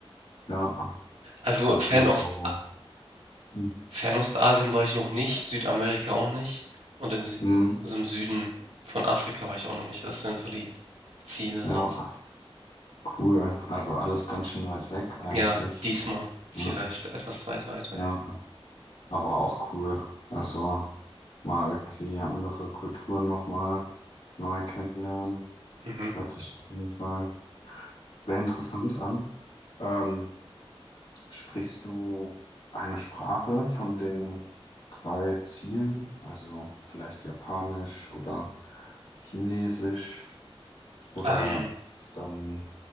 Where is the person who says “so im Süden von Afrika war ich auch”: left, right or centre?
Right